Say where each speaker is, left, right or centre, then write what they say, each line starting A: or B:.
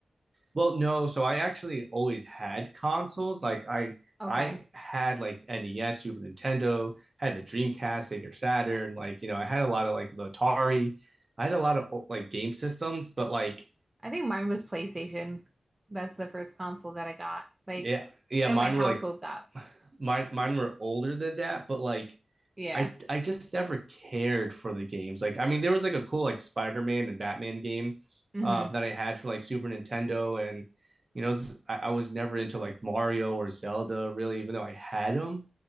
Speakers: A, on the right; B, on the right.
A: well, no, so I actually always had consoles. Like I
B: Okay.
A: I had like NES, Super Nintendo, had the Dreamcast, Sega Saturn, like you know, I had a lot of like the Atari. I had a lot of like game systems, but like
B: I think mine was PlayStation. That's the first console that I got. Like
A: yeah, yeah,
B: that
A: mine
B: my household
A: were like
B: got.
A: <laughs> mine mine were older than that, but like
B: Yeah.
A: I I just never cared for the games. Like I mean, there was like a cool like Spider Man and Batman game
B: hmm
A: uh, that I had for like Super Nintendo, and you know, I, I was never into like Mario or Zelda really, even though I had them.